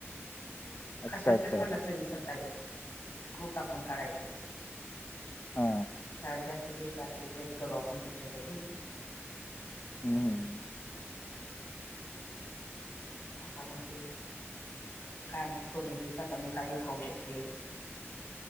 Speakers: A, on the left; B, on the left.
A: <inaudible>
B: अच्छा
A: कशाच
B: अच्छा
A: तरी मला सव्वीस सत्तावीस स्क्रू टाकून करायचं
B: हा
A: साळ्यात जास्त बेस्ट असेल तेच करू आपण तुमच्यासाठी
B: हम्म
A: असं
B: हम्म.
A: म्हनला <inaudible> आक्का म्हणते काय आमचच करून घ्यायचं आता मी काही खाऊ शकते